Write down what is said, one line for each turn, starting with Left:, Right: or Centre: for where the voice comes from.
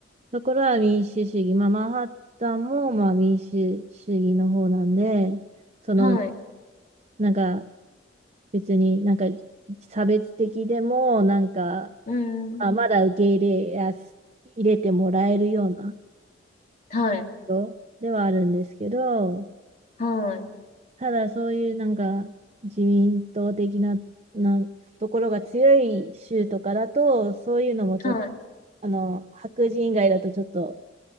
Right: ところは民主主義、まあ、マンハッタンもまあ民主主義の方なんで、その
Left: はい。
Right: なんか別になんか差別的でも、なんか、
Left: うーん。
Right: あ、まだ受け入れやす、入れてもらえるような
Left: はい、
Right: 人ではあるんですけど、
Left: はい、
Right: ただそういうなんか自民党的な、なところが強い州とかだと、そういうのもちょっと、
Left: はい。
Right: あの、白人以外だとちょっと、